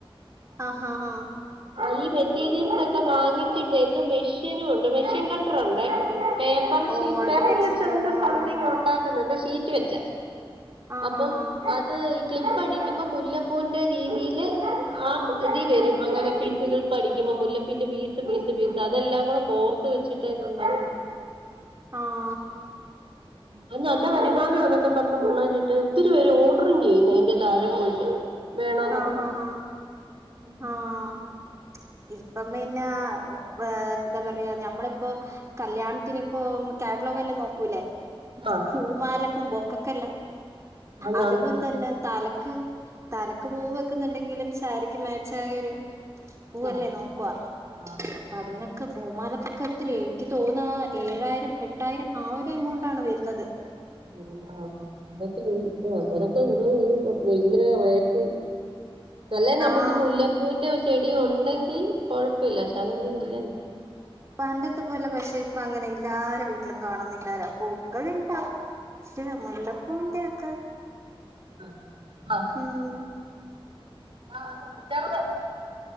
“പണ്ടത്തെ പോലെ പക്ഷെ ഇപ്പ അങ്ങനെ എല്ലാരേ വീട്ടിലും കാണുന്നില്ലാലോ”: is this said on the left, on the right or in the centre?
Right